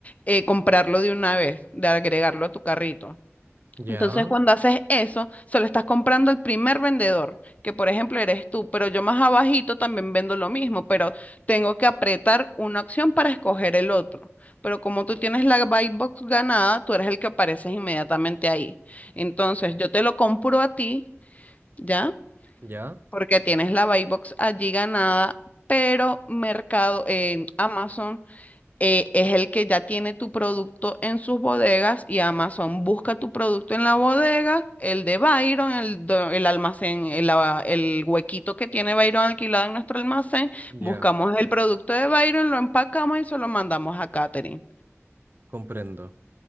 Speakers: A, on the left; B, on the right.
A: eh, comprarlo de una vez, de agregarlo a tu carrito.
B: ya,
A: Entonces, cuando haces eso, se lo estás comprando al primer vendedor, que por ejemplo eres tú, pero yo más abajito también vendo lo mismo, pero tengo que apretar una opción para escoger el otro. Pero como tú tienes la buy box ganada, tú eres el que apareces inmediatamente ahí. Entonces, yo te lo compro a ti ¿ya?
B: ya,
A: Porque tienes la buy box allí ganada, pero Mercado, en Amazon eh, es el que ya tiene tu producto en sus bodegas y Amazon busca tu producto en la bodega, el de Byron, el, do- el almacén, el, a- el huequito que tiene Byron alquilado en nuestro almacén, buscamos
B: ya,
A: el producto de Byron, lo empacamos y se lo mandamos a Catering.
B: comprendo.